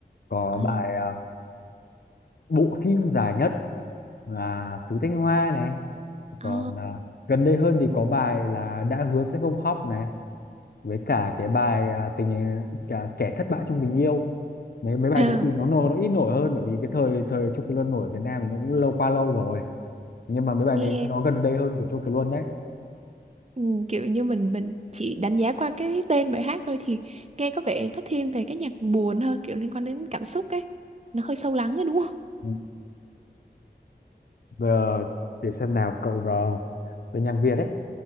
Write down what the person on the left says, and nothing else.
có
bài ờ, bộ phim dài nhất là Sứ Thanh Hoa này
còn à, gần đây hơn thì có bài là đã hứa sẽ không khóc này với cả cái bài à, tình à, cả kẻ thất bại trong tình yêu mấy mấy bài
đấy thì nó nổi nó ít nổi hơn bởi vì cái thời thời Chu Kỳ Luân nổi ở Việt Nam thì nó cũng lâu qua lâu rồi nhưng mà mấy
bài này nó gần đây hơn của Chu Kỳ Luân đấy
Ừ. Vừa để xem nào cậu uh, bên nhạc Việt đấy